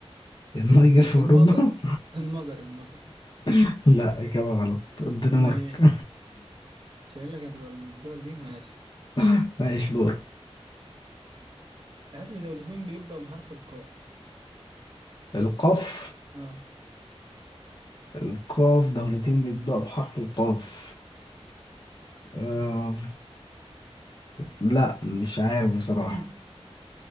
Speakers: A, on the left (about 45°); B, on the right (about 50°).
A: <laughs> النيجر
B: ال-
A: في اوروبا
B: المجر المجر المجر
A: <laughs> لا اجابة غلط الدنمارك
B: امال ايه مش قايل لك هتبقى من الدول دي ماشي
A: <laughs> ماشي دور
B: هات لي دولتين بيبدأوا بحرف القاف
A: القاف
B: اه
A: القاف دولتين بيبدأوا بحرف القاف آه، لا مش عارف بصراحة
B: <laughs>